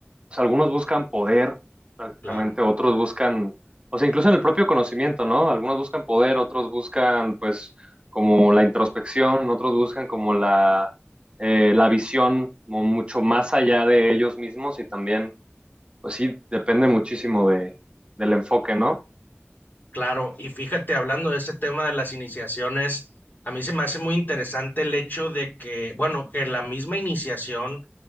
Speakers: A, on the right; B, on the left.
A: sea, algunos buscan poder, prácticamente,
B: Claro,
A: otros buscan, o sea, incluso en el propio conocimiento, ¿no? Algunos buscan poder, otros buscan, pues, como la introspección, otros buscan como la, eh, la visión como mucho más allá de ellos mismos y también, pues sí, depende muchísimo de, del enfoque, ¿no?
B: claro. Y fíjate, hablando de ese tema de las iniciaciones, a mí se me hace muy interesante el hecho de que, bueno, que la misma iniciación